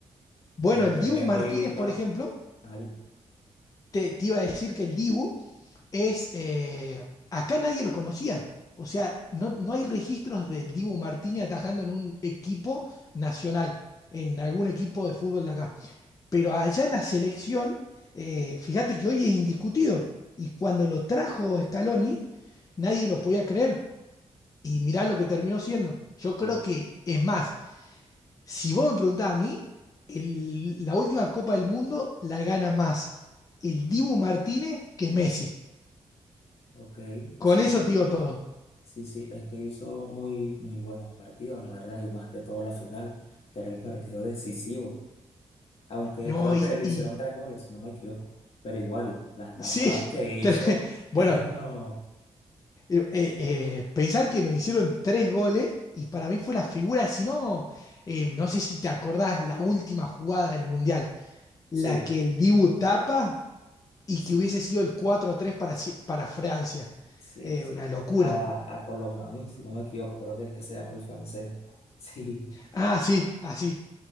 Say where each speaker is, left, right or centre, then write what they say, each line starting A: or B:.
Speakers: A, on the left; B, on the left.
A: Bueno,
B: Este,
A: el Dibu
B: es
A: Martínez,
B: muy... pa-
A: por ejemplo,
B: ah, dime.
A: te, te iba a decir que el Dibu es, eh, acá nadie lo conocía. O sea, no, no hay registros del Dibu Martínez atajando en un equipo nacional, en algún equipo de fútbol de acá. Pero allá en la selección, eh, fíjate que hoy es indiscutido. Y cuando lo trajo Scaloni, nadie lo podía creer. Y mirá lo que terminó siendo. Yo creo
B: Sí,
A: que, es más, si vos me preguntás a mí, el- la última Copa del Mundo la gana más el Dibu Martínez que Messi.
B: ok,
A: Con
B: sí,
A: eso
B: va-
A: te digo todo.
B: sí, sí, es que hizo muy, muy buenos partidos, la verdad, y más que todo la final, que era el partido decisivo. Aunque
A: No,
B: creo
A: y,
B: que le
A: y-
B: hicieron tres goles, si no me equivoco, pero igual, las
A: sí,
B: tapadas que
A: <laughs> tre-
B: hizo,
A: bueno,
B: <laughs> no,
A: eh, eh, eh, pensar que nos hicieron tres goles y para mí fue la figura, si no, eh, no sé si te acordás la última jugada del Mundial, la
B: sí,
A: que el Dibu tapa y
B: sí,
A: que hubiese sido el 4 tres para, Si- para Francia.
B: sí,
A: Eh,
B: sí,
A: una locura.
B: a, a Colomboani, si no me equivoco, creo que es que se llama el francés, <laughs> sí.
A: Ah, sí, así.